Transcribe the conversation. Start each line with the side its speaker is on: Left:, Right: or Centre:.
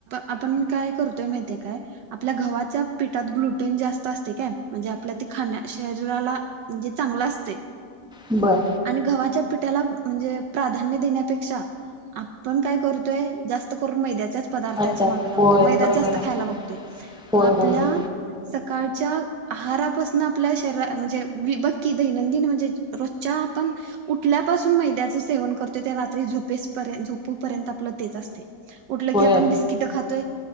Right: आपण काय करतोय माहिताय काय आपल्या घवा च्या पीठात ग्लुटोन जास्त असते काय, म्हणजे आपल्या खा शरीराला म्हणजे चांगला असते.
Centre: बर
Right: आणि गव्हाच्या पिठाला म्हणजे प्राधान्य देण्यापेक्षा आपण काय करतोय, जास्त करून मैद्याच्याच पदार्थाच्या
Centre: अच्छा
Right: मागं लागतोय,
Centre: होय
Right: मैदाच
Centre: बरोबर
Right: जास्त
Centre: आहे
Right: खायला बघतोय.
Centre: होय
Right: आपल्या
Centre: होय होय
Right: सकाळच्या आहारापासून आपल्या शरीरा म्हणजे वी बक्की दैनंदिन म्हणजे रोजच्या आपण उठल्यापासून मैद्याचं सेवन करतो ते रात्री झोपेसपर्य झोपूपर्यंत आपलं तेच असते. उठलं की आपण
Centre: होय
Right: बिस्किट खातोय.